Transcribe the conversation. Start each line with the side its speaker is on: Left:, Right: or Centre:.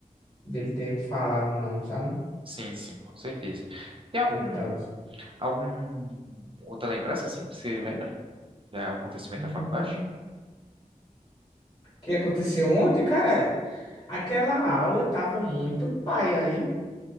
Left: dele ter falado não, sabe?
Right: Sim, sim, com certeza. Tem algum,
Left: E tal.
Right: algum outra lembrança, assim, que você lembra? Do acontecimento
Left: Uhum.
Right: da faculdade?
Left: O Hum. que aconteceu ontem, cara? Aquela aula tava muito paia, hein?